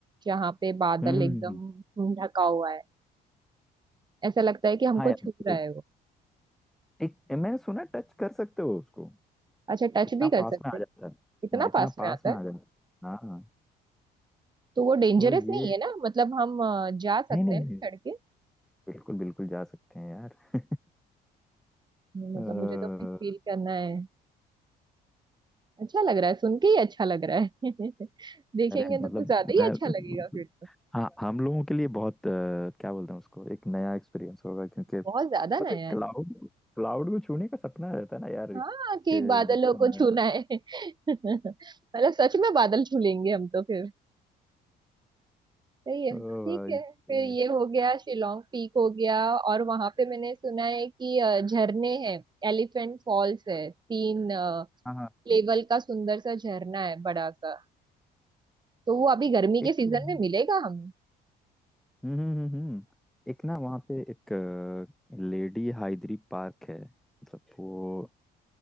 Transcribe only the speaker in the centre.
हम्म हम्म,
हम्म, हम्म।
हाँ यार
वो
एक मैंने सुना टच कर सकते हो उसको
इतना
पास
में आ
जाता है
हाँ इतना
पास
में
आ जाता है हाँ हाँ,
तो ये
नहीं नहीं
नहीं
नहीं,
बिल्कुल बिल्कुल जा सकते हैं यार
अ,
अरे मतलब
मैं
हाँ हम लोगों के लिए बहुत अ, क्या बोलते हैं उसको एक नया एक्सपीरियंस होगा क्योंकि
पता
है क्लाउड
क्लाउड को छूने का सपना रहता है ना यार
के
बचपन
में
ओ
भाई
साहब।
हाँ हाँ
हाँ।
एक
तो वहाँ-
हम्म हम्म हम्म हम्म। एक ना वहाँ पे एक लेडी हाइद्री पार्क है मतलब वो